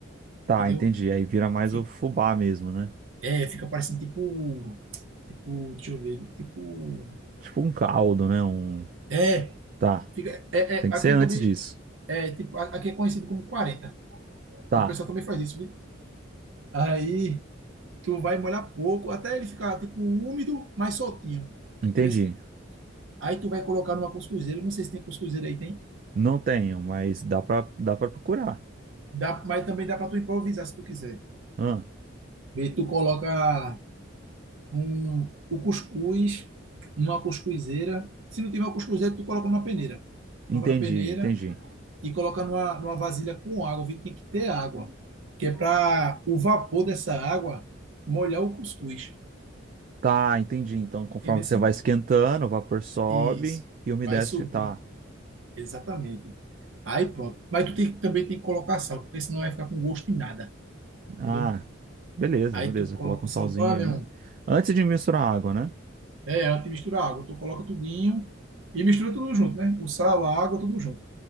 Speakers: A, on the right; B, on the right.
A: Tá,
B: entendeu?
A: entendi. Aí vira mais
B: Fica,
A: o fubá mesmo, né?
B: é, fica parecendo tipo, tipo, deixa eu ver, tipo,
A: Tipo um caldo, né? Um.
B: é,
A: Tá.
B: fica, é,
A: Tem
B: é,
A: que
B: aqui
A: ser antes
B: também,
A: disso.
B: é, tipo, a- aqui é conhecido como 40
A: Tá,
B: e o pessoal também faz isso, viu? Aí tu vai molhar pouco, até ele ficar tipo úmido, mas soltinho,
A: entendi.
B: entendeu? assim? Aí tu vai colocar numa cuscuzeira, não sei se tem cuscuzeira aí, tem?
A: Não tenho, mas dá pra, dá pra procurar.
B: Dá, mas também dá para tu improvisar se tu quiser.
A: Ah,
B: e tu coloca um, o cuscuz numa cuscuzeira. Se não tiver uma cuscuzeira, tu coloca numa peneira. Coloca
A: entendi,
B: na peneira
A: entendi.
B: e coloca numa, numa vasilha com água. Vê, tem que ter água. Que é para o vapor dessa água molhar o cuscuz.
A: Tá, entendi. Então, conforme
B: Entendeu?
A: você
B: sim?
A: vai esquentando, o vapor sobe
B: Isso.
A: e a umidade.
B: Vai subir.
A: Tá.
B: Exatamente. Aí pronto. Mas tu tem, que- também tem que colocar sal, porque senão vai ficar com gosto de nada.
A: Ah,
B: Entendeu?
A: beleza,
B: Aí
A: beleza.
B: tu coloca
A: Coloca
B: o
A: um salzinho
B: sal. Olha,
A: ali.
B: meu irmão.
A: Antes de misturar a água, né?
B: É, antes de misturar a água, tu coloca tudinho e mistura tudo junto, né? O sal, a água, tudo junto.